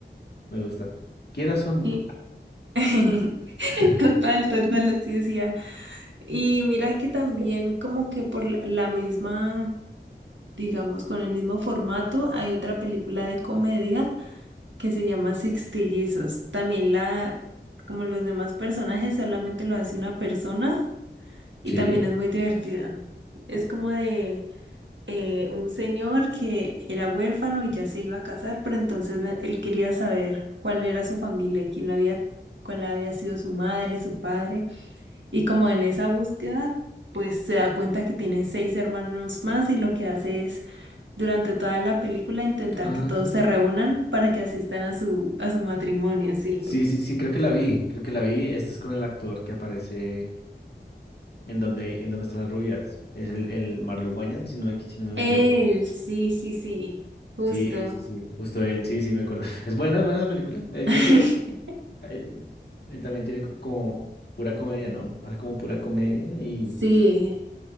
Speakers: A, on the left (about 60°); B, on the right (about 85°).
A: Me gusta. Quieras o no.
B: Y- <laughs>
A: Ah.
B: Total, total, así decía. Y mira que también como que por la la misma... digamos, con el mismo formato, hay otra película de comedia que se llama Sextillizos. También la, como los demás personajes, solamente lo hace una persona y
A: Sí.
B: también es muy divertida. Es como de eh, un señor que era huérfano y ya se iba a casar, pero entonces na- él quería saber cuál era su familia, quién lo había, cuál había sido su madre, su padre, y como en esa búsqueda, pues se da cuenta que tiene seis hermanos más y lo que hace es durante toda la película intentar
A: Ah,
B: que todos se reúnan para que asistan a su, a su matrimonio, sí.
A: sí, sí, sí, creo que la vi, creo que la vi. Este es con el actor que aparece en donde, en donde están las rubias. Es el, el Marlon Wayans, si no me, equi- si no me
B: Él,
A: equivoco.
B: sí, sí, sí, justo.
A: Sí, sí, sí, justo él, sí, sí, me acuerdo. <laughs> Es buena, es buena esa película. Él
B: <laughs>
A: creo que ta- él, él también tiene co- como pura comedia, ¿no? Hace como pura comedia y
B: Sí,